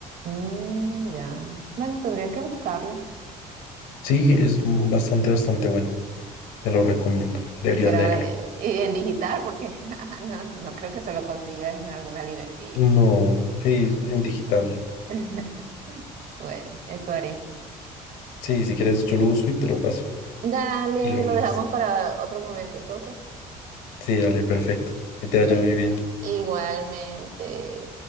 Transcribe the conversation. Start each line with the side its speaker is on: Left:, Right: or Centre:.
Right: Mm, ya. Bueno, tendría que buscarlo.
Left: Sí, es bastante, bastante bueno. Te lo recomiendo. Deberías
Right: Y será
Left: leerlo.
Right: eh, y en digital porque <laughs> ajá, no, no creo que se lo consigas en alguna librería.
Left: No, sí, en digital.
Right: <laughs> Bueno, eso haré.
Left: Sí, si quieres, yo lo busco y te lo paso.
Right: Dale,
Left: Y lo
Right: lo
Left: lees.
Right: dejamos para otro momento entonces.
Left: Sí, dale, perfecto. Que te
Right: Bueno.
Left: vaya muy bien.
Right: Igualmente.